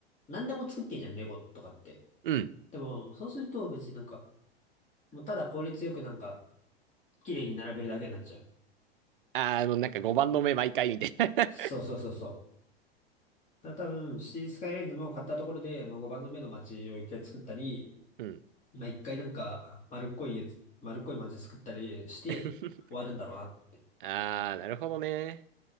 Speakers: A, on the left; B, on the right.
A: 何でも作ってんじゃん、レゴとかって。
B: うん。
A: でも、そうすると別になんか、もうただ効率よくなんか、綺麗に並べるだけになっちゃう。
B: あー、もうなんか5番の目毎回みたいな
A: そうそうそうそう。だから多分、シティスカイレンズも買ったところで、まあ、5番の目の街を一回作ったり、
B: <laughs> うん。
A: まあ、一回なんか丸っこいやつ、丸っこい街作ったりして終わるんだろうなって。
B: <laughs> あー、なるほどね。